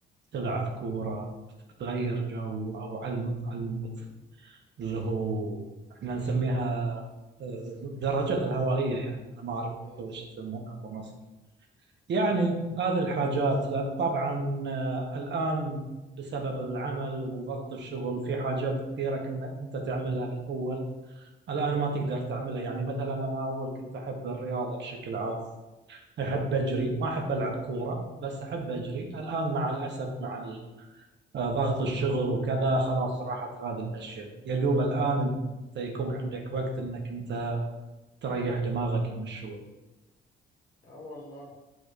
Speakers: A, on the right; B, on the left.
A: بتلعب كورة بتغير جو أو على المط... على المط... اللي هو احنا نسميها آه، درجات الهوائية يعني أنا ما أعرف
B: مم.
A: أنتوا وش تسمونها في مصر يعني هذه الحاجات لا، طبعا آه، الآن بسبب العمل وضغط الشغل في حاجات كثيرة كنا أنت تعملها بالأول الآن ما تقدر تعملها يعني مثلا أنا أول كنت أحب الرياضة بشكل عام أحب أجري ما أحب ألعب كورة بس أحب أجري الآن مع الأسف مع ال- آه، ضغط الشغل وكذا خلاص راحت هذه الأشياء يا دوب الآن أنت يكون عندك وقت أنك أنت تريح دماغك من الشغل
B: اه والله